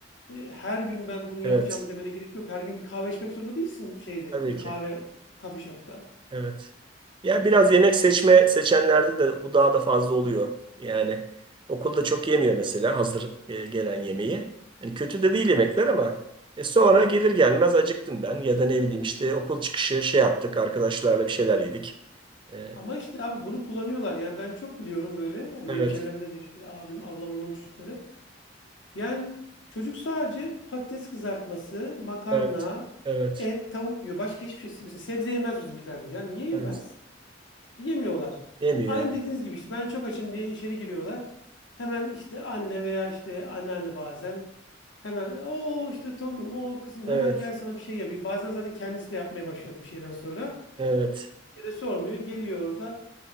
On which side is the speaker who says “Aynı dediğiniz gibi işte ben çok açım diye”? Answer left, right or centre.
Left